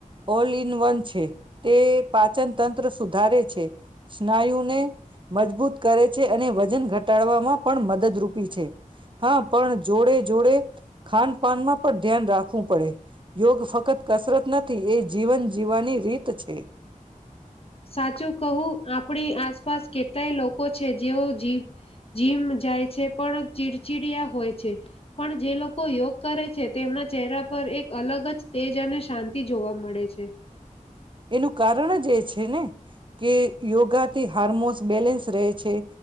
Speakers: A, on the right (about 35°); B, on the left (about 45°).
A: ઓલ ઇન વન છે. તે પાચન તંત્ર સુધારે છે, સ્નાયુને મજબૂત કરે છે અને વજન ઘટ ઘટાડવામાં પણ મદદરૂપી છે. હા પણ જોડે જોડે ખાન પાનમાં પણ ધ્યાન રાખવું પડે. યોગ ફક્ત કસરત નથી એ જીવન જીવવાની રીત છે.
B: સાચું કહું આપડી આ આસપાસ કેટલાય લોકો છે જેઓ જી જીમ જાય છે પણ ચીડચીડિયા હોય છે પણ જે લોકો યોગ કરે છે તેમના ચહેરા પર એક અલગ જ તેજ અને શાંતિ જોવા મળે છે.
A: એનું કારણ જ એ છે ને કે યોગાથી હાર્મોન્સ બેલેન્સ રહે છે.